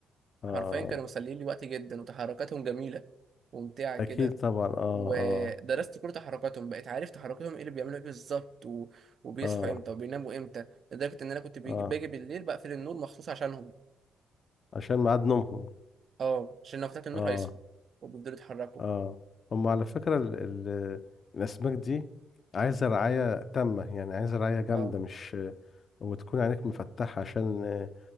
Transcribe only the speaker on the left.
اه
اكيد طبعا اه
اه
اه
اه
عشان ميعاد نومهم
اه
اه هم على فكرة ال ال الاسماك دي عايزة رعاية
تامة يعني عايزة رعاية جامدة
مش وتكون عينك مفتحة عشان آه،